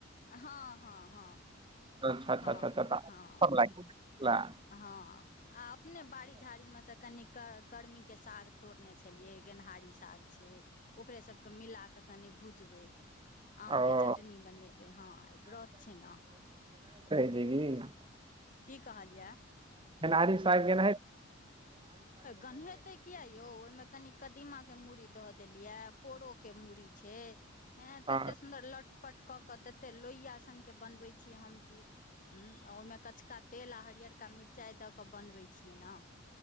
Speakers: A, on the left; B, on the right.
A: हँ हँ हँ।
B: अच्छा अच्छा
A: हँ,
B: अच्छा अच्छा तऽ
A: हँ,
B: सब लागि गेल।
A: हँ आ अपने बाड़ी झाड़ीमे मे से कनिक के कर्मी के साग तोड़ने छलियै, गेनहारी साग छै ओकरे सबके मिलाके कनि भुजबै, आमके
B: ओ
A: चटनी बनेबै, हँ, आइ व्रत छै ने।
B: हु, हू।
A: की कहलियए?
B: गेनारी शाग गेनैत।
A: गन्हेते किया यौ, ओहिमे कनि कदीमा के मूड़ी दअ देलिये, पोरो के मूड़ी छै, ह त,
B: हँ
A: तते सुन्दर लट चपट कऽ कऽ, तते लोहिया सन के बनबे छी हम कि, ओहिमे कचका तेल आ हरियरकेा मिरचाइ दऽ कऽ, बनबै छियै ने।